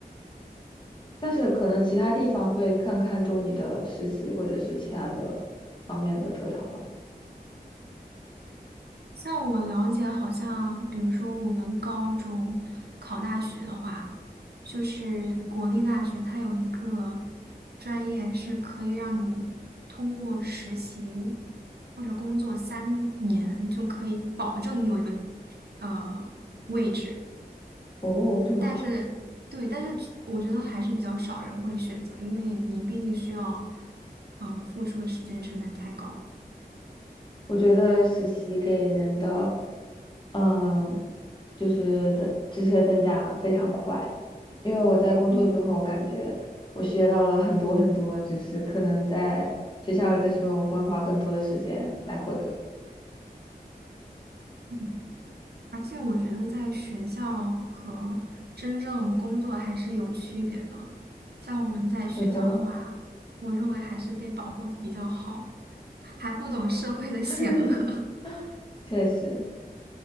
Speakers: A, on the left; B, on the right.
A: 但是可能其他地方会更看重你的实习或者是其他的方面的特长吧。
B: 像我了解，好像比如说我们高中考大学的话，就是国立大学它有一个专业是可以让你通过实习或者工作三年就可以保证你有一个呃位置，
A: 哦，这么好，
B: 但是对，但是只我觉得还是比较少人会选择，因为你毕竟需要嗯、呃付出的时间成本太高了。
A: 我觉得实习给人的，嗯、就是增知识的增加非常快，因为我在工作之后感觉我学到了很多很多，
B: 嗯
A: 知识，可能在学校里的时候会花更多的时间来获得。
B: 嗯。而且我觉得在学校和真正工作还是有区别的。像我们在学校的话，
A: 是的，
B: 我认为还是被保护的比较好，还不懂社会的险恶，
A: <laughs>
B: <laughs>
A: 确实。